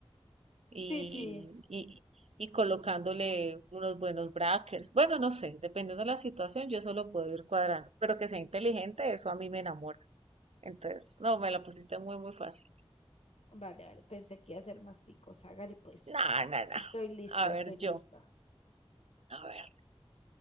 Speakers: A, on the right; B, on the left.
A: y,
B: Sí, sí.
A: y- y colocándole unos buenos brackers. Bueno, no sé, dependiendo de la situación, yo eso lo puedo ir cuadrando, pero que sea inteligente, eso a mí me enamora. Entonces, no, me la pusiste muy, muy fácil.
B: Vale, vale, pensé que iba a ser más picos. Hágale pues.
A: No, no, no.
B: Estoy lista,
A: A
B: estoy
A: ver,
B: lista.
A: yo, a ver.